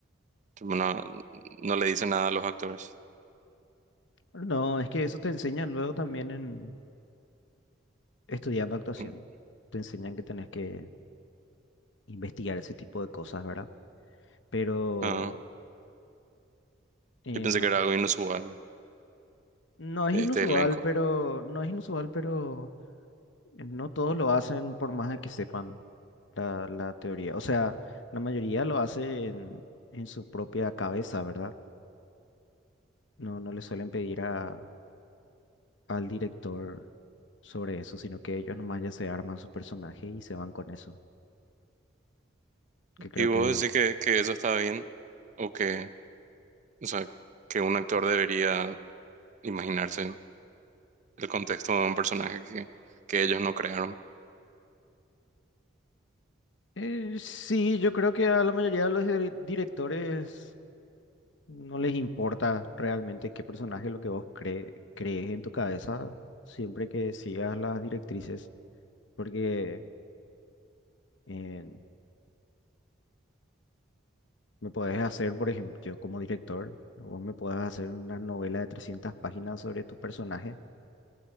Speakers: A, on the right; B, on the left.
A: Tipo, no, no le dice nada a los actores.
B: No, es que eso te enseñan luego también en estudiando actuación.
A: Mm.
B: Te enseñan que tenés que investigar ese tipo de cosas, ¿verdad? Pero
A: Ah,
B: eh,
A: yo pensé
B: no,
A: que era algo inusual
B: no es
A: de
B: inusual,
A: este elenco.
B: pero no es inusual, pero No todos lo hacen por más de que sepan la, la teoría. O sea, la mayoría lo hace en, en su propia cabeza, ¿verdad? No, no le suelen pedir a, al director sobre eso, sino que ellos nomás ya se arman su personaje y se van con eso. Que creo
A: ¿Y vos
B: que...
A: decís que, que eso está bien? ¿O que, o sea, que un actor debería imaginarse el contexto de un personaje que, que ellos no crearon?
B: eh, sí, yo creo que a la mayoría de los dire- directores no les importa realmente qué personaje es lo que vos cre- crees en tu cabeza, siempre que sigas las directrices, porque... eh, Me podés hacer, por ejemplo, yo como director, vos me podés hacer una novela de 300 páginas sobre tu personaje